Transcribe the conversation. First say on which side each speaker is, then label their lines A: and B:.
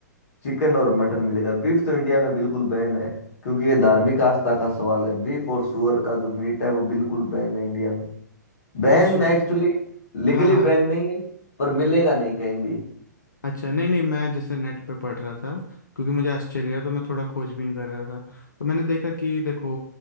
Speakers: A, on the left; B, on the left.
A: चिकन और मटन मिलेगा बीफ तो इंडिया में बिल्कुल बैन है क्योंकि ये धार्मिक आस्था का सवाल है बीफ और सुअर का जो मीट है वो बिल्कुल बैन है इंडिया में बैन
B: अच्छा सु-
A: एक्चुअली लीगली
B: हाँ हाँ
A: बैन नहीं है पर मिलेगा नहीं कहीं भी
B: अच्छा नहीं नहीं मैं जैसे नेट पे पढ़ रहा था क्योंकि मुझे आश्चर्य है तो मैं थोड़ा खोजबीन कर रहा था तो मैंने देखा कि देखो